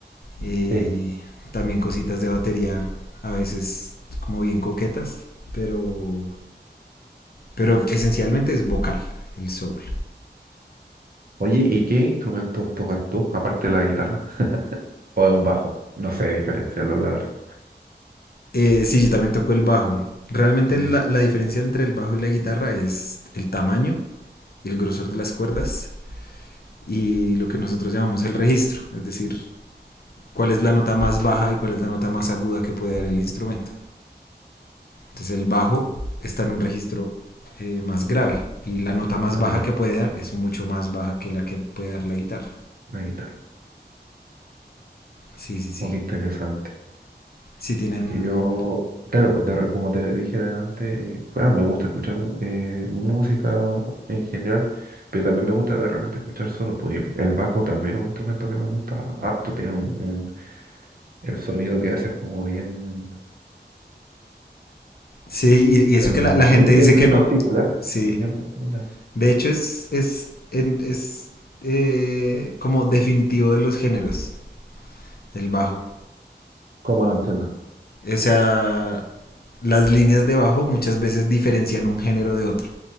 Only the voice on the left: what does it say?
eh,
también cositas de batería a veces como bien coquetas, pero, pero esencialmente es vocal el soul.
Eh, sí, yo también toco el bajo. Realmente
la, la diferencia entre el bajo y la guitarra es el tamaño y el grosor de las cuerdas y lo que nosotros llamamos el registro, es decir, cuál es la nota más baja y cuál es la nota más aguda que puede dar el instrumento. Entonces el bajo está en un registro eh, más grave y la nota más
baja
que puede dar es mucho más baja que la que puede dar la guitarra.
Sí, sí, sí.
Sí tienen...
Sí, y, y eso
que la, la, gente dice
que no.
Sí.
De hecho es, es, en, es eh, como definitivo de los géneros, el bajo.
O sea, las líneas de bajo muchas veces diferencian un género de otro.